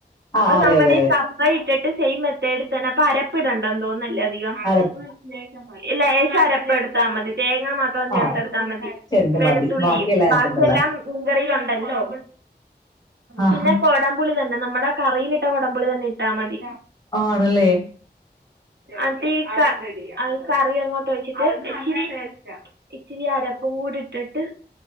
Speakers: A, on the left; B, on the right.
A: ആഹ്
B: അപ്പൊ
A: അതെ
B: നമ്മളീ
A: അതെ അതെ
B: കപ്പ യിട്ടിട്ട് സെയിം മെത്തേഡ് തന്നെ അപ്പ അരപ്പിടണ്ടന്ന് തോന്നുന്ന് അല്ലേ അധികം
A: ആരപ്പ്
B: ലേശം അരപ്പെടുത്താ മതി തേങ്ങാ മാ ത്രം ചേർത്തെടുത്താ
A: ആ
B: മതി
A: ചെരണ്ട
B: വെളുത്തുള്ളിയും
A: മതി ബാക്കിയെല്ലാം അതിനകത്തുണ്ടല്ലോ
B: ബാക്കിയെല്ലാം മീൻകറിയിലുണ്ടല്ലോ
A: ആഹാ
B: പിന്നെ കൊട മ്പുളി തന്നെ നമ്മുടെ കറിയിലിട്ട കൊടമ്പുളി തന്നെ ഇട്ടാൽ മതി
A: ആണ്ല്ലേ
B: അതേക്കാ അത് കറി അങ്ങോട്ട് ഒഴിച്ചിട്ട് ഇച്ചിരി ഇച്ചിരി അരപ്പും കൂടി ഇട്ടിട്ട്